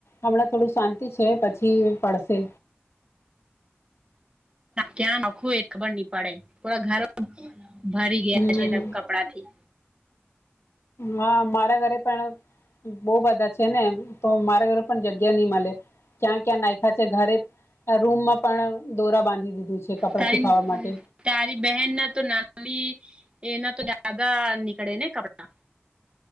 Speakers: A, on the left; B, on the right.
A: હમણાં થોડું શાંતિ છે પછી પડશે
B: ક્યાં આખું એ ખબર નહી પડે પરા ઘર ભરી
A: હમ
B: ગયા છેદમ કપડા થી
A: હા મારા ઘરે પણ બહ બધા છે ને તો મારા ઘરે પણ જગ્યા નહી મળે ક્યાં ક્યાં નાયખા છે ઘરે રૂમમાં પણ દોરા બાંધી દીધું છે કપડાં
B: તારી
A: સુખાવા માટે
B: તારી બહેન ના તો નાની એના તો દાદા નીકળે ને કપડા